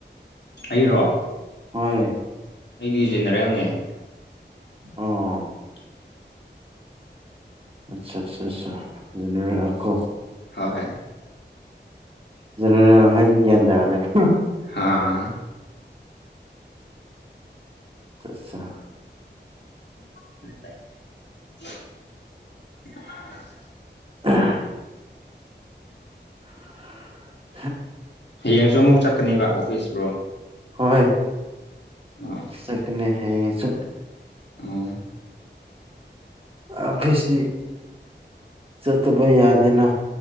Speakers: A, on the left; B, on the right.
A: ꯑꯩꯔꯣ
B: ꯍꯣꯏ
A: ꯑꯩꯗꯤ ꯖꯦꯅꯦꯔꯦꯜꯅꯦ <inaudible>
B: ꯑꯣ ꯑꯠꯆꯥ ꯑꯠꯆꯥ ꯑꯠꯆꯥ ꯖꯦꯅꯔꯦꯜ ꯀꯣ
A: ꯍꯣꯏ
B: ꯖꯅꯔꯦꯜ ꯍꯥꯏꯕ ꯒ꯭ꯌꯥꯟ ꯇꯥꯔꯦ <inaudible>
A: ꯑꯥ
B: ꯆꯥ ꯆꯥ
A: <unintelligible>
B: ꯑ <inaudible>
A: ꯍꯌꯦꯡꯁꯨ ꯑꯃꯨꯛ ꯆꯠꯀꯅꯤꯕ ꯑꯣꯐꯤꯁ ꯕ꯭ꯔꯣ
B: ꯍꯣꯏ
A: ꯑꯣ
B: ꯆꯀꯅꯤ ꯍꯌꯦꯡꯁꯨ
A: ꯑꯣ
B: ꯑꯐꯤꯁꯗꯤ ꯆꯠꯇꯕ ꯌꯥꯗꯦꯅ